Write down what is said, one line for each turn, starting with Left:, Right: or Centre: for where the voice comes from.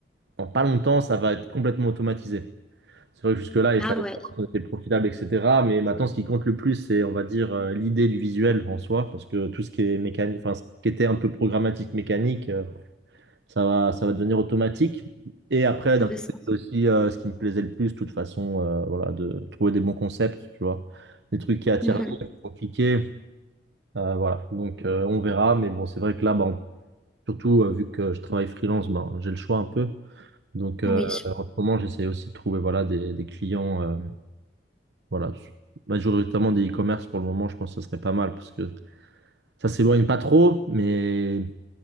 Right: en pas longtemps, ça va être complètement automatisé. C'est vrai que jusque-là, il
Centre: Ah
Right: fallait
Centre: ouais,
Right: voir si c'était profitable, etc. Mais maintenant, ce qui compte le plus, c'est, on va dire, euh, l'idée du visuel en soi, parce que tout ce qui est mécanique, enfin, ce qui était un peu programmatique, mécanique, euh, ça va, ça va devenir automatique. Et après,
Centre: ça
Right: d'un
Centre: fait
Right: côté,
Centre: sens.
Right: c'est aussi, euh, ce qui me plaisait le plus, de toute façon, euh, voilà, de trouver des bons concepts, tu vois, des trucs qui attirent
Centre: Mhm.
Right: l'œil, qui font cliquer, euh, voilà. Donc, euh, on verra. Mais bon, c'est vrai que là, ben, surtout, euh, vu que je travaille freelance, ben, j'ai le choix un peu. Donc, euh,
Centre: Oui,
Right: en ce moment, j'essaie aussi de trouver, voilà, des, des clients. euh, voilà. Je- Majoritairement des e-commerce pour le moment, je pense que ce serait pas mal parce que ça s'éloigne pas trop, mais